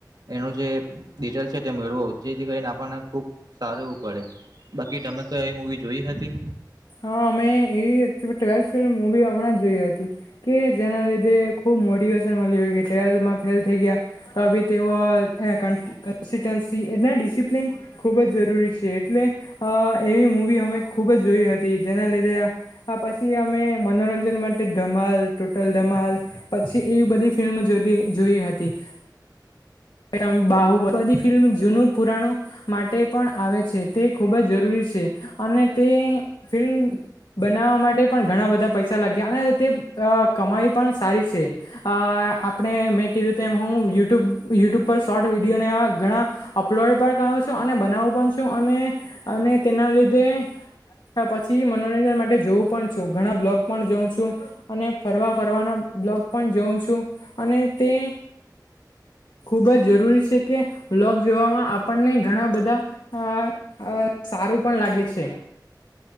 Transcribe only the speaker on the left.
હા અમે એવી ટ્વેલ્થ ફિલ્મ મવી હમણાં જોય હતી કે જેના લીધે ખુબ મોટિવેશન મળી ગ ટવેલ્માં ફેલ થઈ ગયા તો તેઓ <unintelligible> એટના ડિસિપ્લિન ખૂબ જ જરૂરી છે એટલે એવી મૂવી અમે ખૂબ જ જોઈ હતી. જેના લીધે આ પછી અમે મનોરંજન માટે ધમાલ, ટોટલ ધમાલ છે. એવી બધી ફિલ્મ જોતી જોઈ હતી <inaudible> બાહુબલી ફિલ્મ જૂનું પુરાણો માટે પણ આવે છે. તે ખૂબ જ જરૂરી છે. છે અને તે ફિલ્મ બનાવવા માટે પણ ઘણા બધા પૈસા લાગ્યા અને તે કમાઈ પણ સારી છે. અ આપણે મેં કીધું તેમ હું યુટ્યુબ યુટ્યુબ શોર્ટ વિડીયોને ઘણા અપલોડ પણ કર છો અને બનાવું પણ છું અને તેના મળ લીધે હા પછી મનોરંજન માટે જોવું પણ છું. ઘણા બ્લોગ પણ જોઉં છું અને ફરવા ફરવાના બ્લોગ પણ જોઉં છું અને તે ખુબ જ જરૂરી છે કે લોક જોવામાં આપણને ઘણા બધા આ અ <unintelligible> સારું પણ લાગે છે.